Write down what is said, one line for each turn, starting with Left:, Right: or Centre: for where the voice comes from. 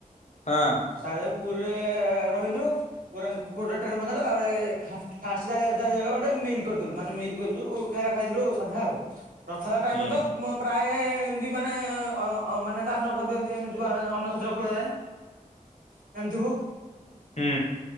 Left: ହଁ।
Right: ତାପରେ ପୁରୀରେ ରହିଲୁ ପୁରୀ ପୁରୀରେ ଟ୍ରେନ ପଞ୍ଚାରିଲା ଫାଷ୍ଟ ଜା ଗୋଟେ ମିଲ୍ କରିଦେଲୁ ମାନେ ମିଲ କରୁଛୁ ଖାଇବା ଖାଇଦେଲୁ ସାଧା ଆଉ ରଥଯାତ୍ରା ଟାଇମରେ
Left: ହୁଁ
Right: ତ ମ ପ୍ରାୟେ ମାନେ ଅ ମାନେ ଦାନ କରିଦିଅନ୍ତି ଏମିତି ଅନ୍ନ ଛତ୍ର ଖୋଲାଯାଏ। ଜାଣିଥିବୁ।
Left: ହୁଁ।